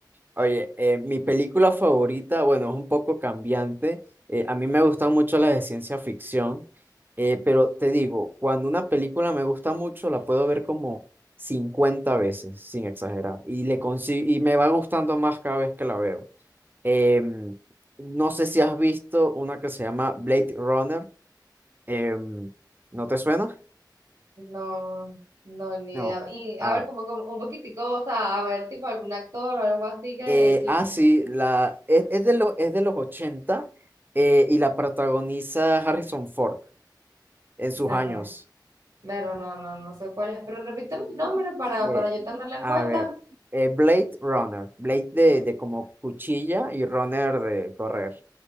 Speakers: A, on the right (about 25°); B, on the right (about 65°).
A: Oye, eh, mi película favorita, bueno, es un poco cambiante. Eh, a mí me gustan mucho las de ciencia ficción, eh, pero te digo, cuando una película me gusta mucho, la puedo ver como 50 veces, sin exagerar, y, le consi- y me va gustando más cada vez que la veo. Em, no sé si has visto una que se llama Blade Runner. Em, ¿no te suena?
B: No, no, ni
A: No.
B: idea. Y a
A: Ah,
B: ver, como, como un poquitico, o sea, a ver, tipo algún actor o algo así que,
A: Eh,
B: que
A: ah, sí, la, es, es de los, es de los ochenta eh, y la protagoniza Harrison Ford en
B: verlo,
A: sus años.
B: verlo, no, no, no sé cuál es, pero repítame el nombre para,
A: Eh,
B: para yo tenerlo en
A: a
B: cuenta.
A: ver, eh, Blade Runner, Blade de, de como cuchilla y Runner de correr.